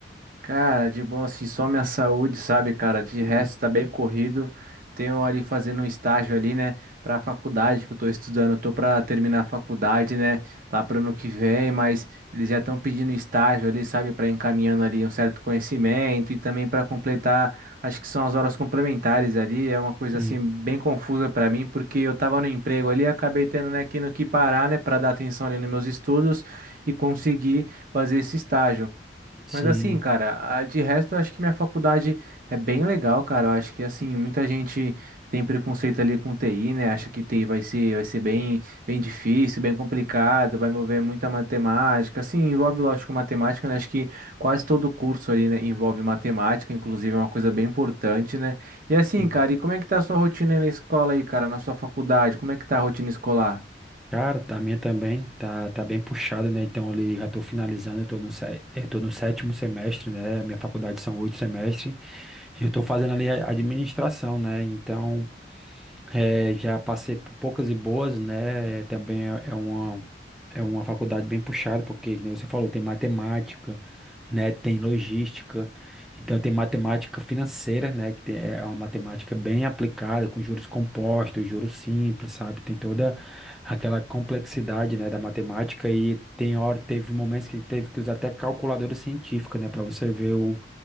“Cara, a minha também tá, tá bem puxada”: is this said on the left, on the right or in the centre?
Centre